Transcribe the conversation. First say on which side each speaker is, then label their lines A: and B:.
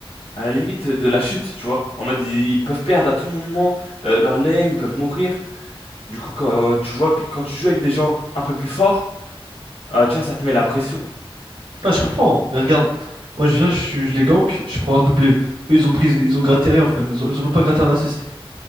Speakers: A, on the left; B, on the right.
A: à la limite de la chute, tu vois. En mode, ils ils peuvent perdre à tout moment euh, leur lane, ils peuvent mourir. Du coup, quand tu vois que quand tu joues avec des gens un peu plus forts, euh, tu vois, ça te met la pression.
B: Ah, je comprends, mais regarde, moi je viens, je, suis- je les gank, je prends un doublé. Eux, ils ont pris, ils ont gratté rien, frère. Ils ont, ils ont même pas gratté un assist.